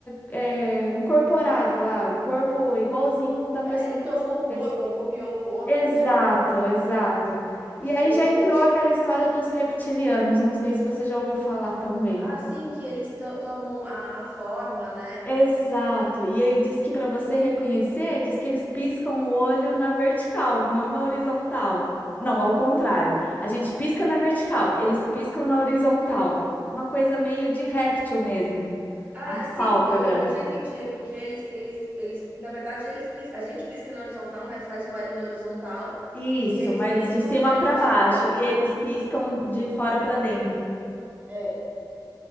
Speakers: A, on the left; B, on the right.
A: é, incorporado lá, o corpo igualzinho da
B: É,
A: pessoa
B: ele
A: que
B: tomou
A: você
B: o corpo,
A: conhece.
B: ou copiou o corpo,
A: Exato,
B: né? Qualquer coisa
A: exato.
B: assim.
A: E
B: Gente,
A: aí já entrou aquela história dos reptilianos. Não sei se você já ouviu falar também.
B: Ah, sim, que eles to tomam a a forma, né.
A: Exato. E aí diz que para você reconhecer, diz que eles piscam o olho na vertical, não na horizontal. Não, ao contrário. A gente pisca na vertical, eles piscam na horizontal. Uma coisa meio de réptil mesmo.
B: Ah,
A: As
B: é, sim,
A: pálpebras.
B: eu eu eu já entendi, é porque eles eles eles na verdade eles pis a gente pisca na horizontal, né, faz uma linha horizontal,
A: Isso,
B: e eles
A: mas
B: piscam
A: de cima
B: e faz
A: para
B: vertical.
A: baixo. E eles piscam de fora para dentro.
B: É.